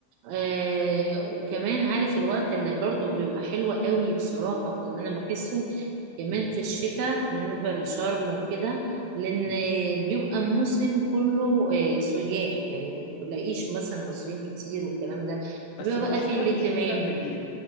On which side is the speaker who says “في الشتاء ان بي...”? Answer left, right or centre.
Left